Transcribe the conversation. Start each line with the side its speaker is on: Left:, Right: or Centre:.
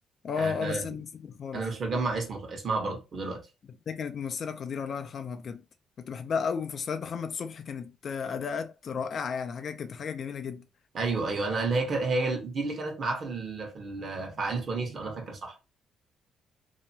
Left: اه
Right: آه
Left: اه بس انا مش فاكر خالص
Right: انا مش مجمع اسمه اسمها برضه دلوقتي
Left: بس هي كانت ممثلة قديرة الله يرحمها بجد كنت بحبها قوي ومسلسلات محمد صبحي كانت آه، اداءات رائعة يعني حاجة كانت حاجة جميلة جدا
Right: ايوه ايوه انا اللي هي كان هي دي اللي كانت معاه في ال... في ال... في عائله ونيس لو انا فاكر صح